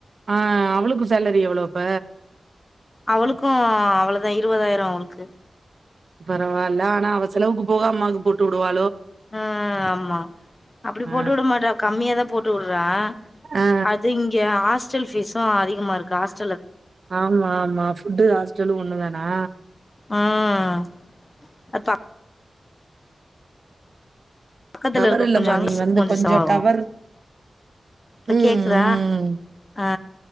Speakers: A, on the right; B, on the left.
A: அஹ் அவுளுக்கு சேலரி எவ்ளோ அப்ப
B: அவளுக்கு அவ்ளோதா இருவதாயிரோ அவளுக்கு
A: பரவால்ல ஆனா அவசெலவுக்கு போக அம்மாக்கு போட்டு உடுவா
B: அ ஆம்மா அப்படி
A: ஆ
B: போட்டுவுட‌ மாட்டா கம்மியாதா போட்டுவுட்றா
A: ஆ
B: அது இங்க ஆஸ் டல் பீஸு அதிகமாக இருக்கு ஹாஸ்
A: ஆமா ஆமா ஃபுட்டு ஹாஸ்டலு ஒண்ணு தானா
B: ம் அப்பா பக்கத்துல
A: டவர்
B: இருக்க
A: இல்லமா
B: கொஞ்சோ அங்க
A: நீ வந்து கொஞ்சோ
B: செலவாகு
A: டவர்
B: இப்ப
A: உம்
B: கேக்குதா
A: உம்
B: ஆ